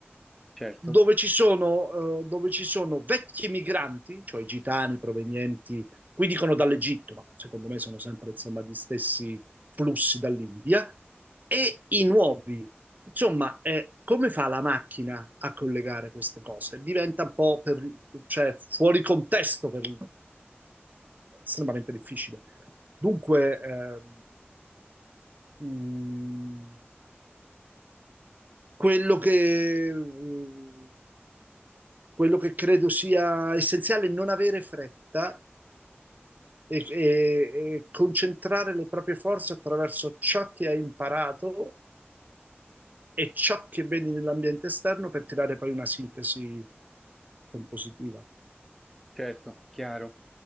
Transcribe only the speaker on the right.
dove ci sono, eh, dove ci sono vecchi migranti, cioè gitani provenienti, qui dicono dall'Egitto, ma secondo me sono sempre insomma gli stessi flussi dall'India, e i nuovi. Insomma, eh, come fa la macchina a collegare queste cose? Diventa un po' per, cioè, fuori contesto per estremamente difficile. Dunque, eh, mh, quello che, mh, quello che credo sia essenziale è non avere fretta e, e- e concentrare le proprie forze attraverso ciò che hai imparato e ciò che vedi nell'ambiente esterno per creare poi una sintesi compositiva.